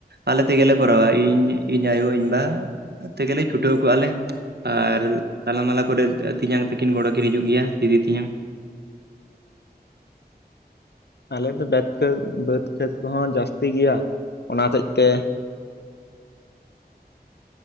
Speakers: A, on the right; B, on the left.
A: ᱟᱞᱮ ᱛᱮᱜᱮᱞᱮ ᱠᱚᱨᱟᱣᱟ, ᱤᱧ ᱤᱧ ᱟᱭᱳ ᱤᱧᱵᱟ ᱛᱮᱜᱮᱞᱮ ᱪᱷᱩᱴᱟᱹᱣ ᱠᱚᱜᱼᱟᱞᱮ ᱟᱨ
B: ᱦᱩᱸ
A: ᱛᱟᱞᱟᱢᱟᱞᱟ ᱠᱚᱨᱮ ᱛᱤᱧᱟᱝ ᱛᱟᱹᱠᱤᱱ ᱜᱚᱲᱟ ᱠᱤᱱ ᱦᱤᱡᱩᱜ ᱜᱮᱭᱟ ᱫᱤᱫᱤ ᱛᱤᱧᱟᱝ।
B: ᱟᱞᱮ ᱫᱚ ᱵᱮᱫ ᱠᱷᱟᱹᱛ ᱵᱟᱹᱫᱽ ᱠᱷᱮᱛ ᱠᱚᱦᱚᱸ ᱡᱟᱹᱥᱛᱤ ᱜᱮᱭᱟ ᱚᱱᱟ ᱦᱚᱛᱮᱡ ᱛᱮ